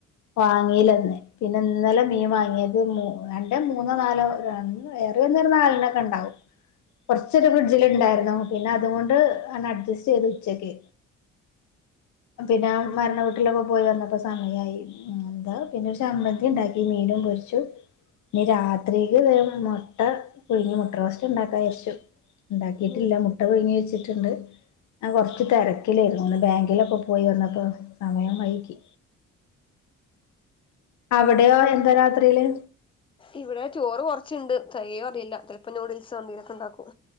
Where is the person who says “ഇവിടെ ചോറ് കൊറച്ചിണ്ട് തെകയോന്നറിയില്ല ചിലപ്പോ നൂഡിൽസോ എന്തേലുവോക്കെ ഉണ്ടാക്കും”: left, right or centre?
Left